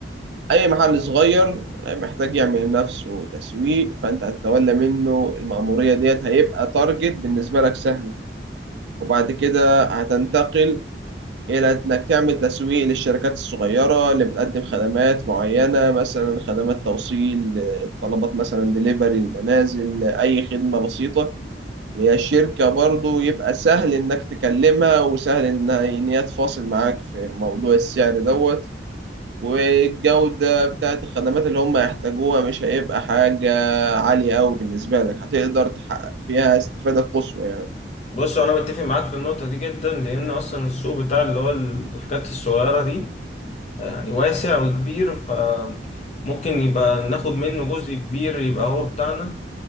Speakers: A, on the right; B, on the left.
A: أي محل صغير محتاج يعمل لنفسه تسويق فأنت هتتولى منه المأمورية ديت هيبقى تارجت بالنسبة لك سهل وبعد كده هتنتقل إلى إنك تعمل تسويق للشركات الصغيرة اللي بتقدم خدمات معينة مثلا خدمات توصيل الطلبات مثلا ديليفري المنازل أي خدمة بسيطة اللي هي الشركة برضو يبقى سهل إنك تكلمها وسهل إن إن هي تفاصل معاك في موضوع السعر دوت والجودة بتاعت الخدمات اللي هم يحتاجوها مش هيبقى حاجة عالية أوي بالنسبة لك هتقدر تحقق فيها استفادة قصوى يعني
B: بص انا بتفق معاك في النقطه دي جدا لان اصلا السوق بتاع اللي هو الحاجات الصغيره دي آه، يعني واسع وكبير فممكن يبقى ناخد منه جزء كبير يبقى هو بتاعنا